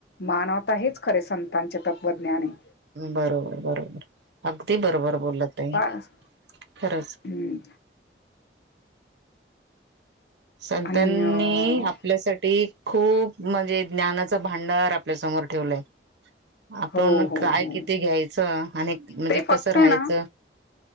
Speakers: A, on the left (about 65°); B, on the right (about 85°).
A: मानवता हेच खरे संतांचे तत्त्वज्ञानये.
B: बरोबर बरोबर अगदी बरोबर बोल्लात ताई,
A: बस
B: खरंच.
A: हम्म
B: संतांनी
A: आणि अ
B: आपल्यासाठी खूप म्हणजे ज्ञानाच भांडार आपल्यासमोर ठेवलंय. आपण
A: हो हो
B: काय
A: हो
B: किती घ्यायचं आणि म्हणजे
A: ते फक्त
B: कसं राहायचं
A: आहे ना